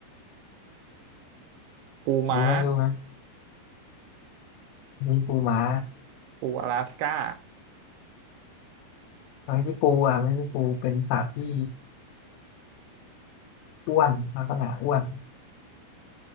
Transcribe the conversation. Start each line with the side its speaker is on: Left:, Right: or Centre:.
Right: ปูม้า
Left: รู้ไหมรู้ไหมนี่ปูม้า
Right: ปูอลาสก้า
Left: ไม่ใช่ปูอ่ะไม่ใช่ปูเป็นสัตว์ที่อ้วนลักษณะอ้วน